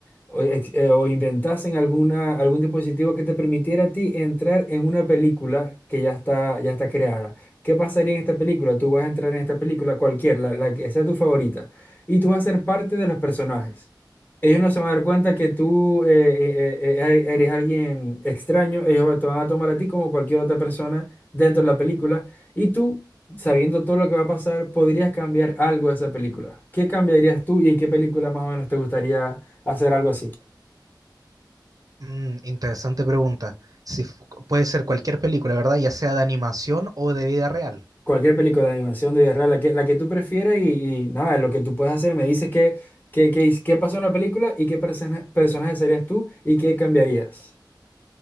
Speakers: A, on the left (about 25°); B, on the right (about 50°).
A: o, ex- eh, o inventasen alguna, algún dispositivo que te permitiera a ti entrar en una película que ya está, ya está creada. ¿Qué pasaría en esta película? Tú vas a entrar en esta película cualquier, la, la que sea tu favorita, y tú vas a ser parte de los personajes. Ellos no se van a dar cuenta que tú eh, eh, eh, eh, eres alguien extraño, ellos te van a tomar a ti como cualquier otra persona dentro de la película, y tú, sabiendo todo lo que va a pasar, podrías cambiar algo de esa película. ¿Qué cambiarías tú y en qué película más o menos te gustaría hacer algo así?
B: Mm, interesante pregunta. Si fu- puede ser cualquier película, ¿verdad? Ya sea de animación o de vida real.
A: Cualquier película de animación, de vida la que, la que tú prefieras y, y nada, lo que tú puedes hacer. Me dices qué, qué, qué, qué pasó en la película y qué persona- personaje serías tú y qué cambiarías.